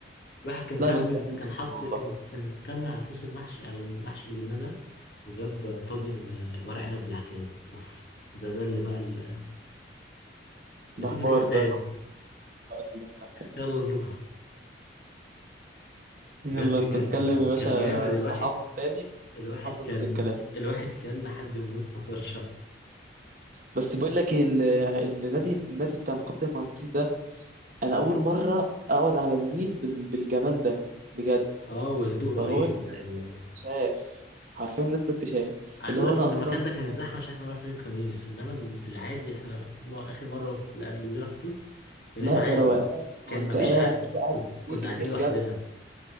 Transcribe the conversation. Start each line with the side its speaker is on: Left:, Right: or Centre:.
Left: الواحد كان
Right: لا
Left: كمل
Right: بس يا عم
Left: كان
Right: كان
Left: حط
Right: حلو والله
Left: كان كان كمل على الفصل المحشي على المحشي اللي جبناه ده وجاب طاجن آه، ورق عنب بالعكاوي اوف ده ده اللي بقى ال- ما
Right: ده
Left: تيجي
Right: حوار
Left: نروح تاني
Right: ده طب العنب ده
Left: يلا نروح
Right: يلا
Left: بجد
Right: أنت
Left: كان
Right: تكلم
Left: كان
Right: يا باشا
Left: كان جامد الواحد
Right: صحابك تاني
Left: الواحد
Right: ونروح
Left: كان
Right: نظبط الكلام
Left: الواحد كان لحد ما بص مطر شقة
Right: بس بقول لك إيه، ال- النادي النادي بتاع نقابة المهندسين ده انا اول مرة اقعد على النيل بال- بالجمال ده بجد
Left: اه وهدوء رهيب
Right: فهو ال-
Left: و...
Right: النادي ده اكتشاف عارفين النادي ده اكتشاف
Left: عايز
Right: اللي
Left: اقول
Right: هو
Left: لك
Right: انا
Left: ان
Right: اصلا
Left: المكان ده كانت
Right: آه،
Left: زحمه عشان احنا رحنا يوم خميس انما ال- في العادي احنا مو- اخر مره اللي قبل دي رحته كان
Right: لا
Left: يوم عادي
Right: ده روقان
Left: كان
Right: وانت
Left: مفيش
Right: قاعد
Left: حد
Right: وقاعد
Left: كنت
Right: النيل
Left: كنا قاعدين
Right: النيل
Left: لوحدنا
Right: جنبك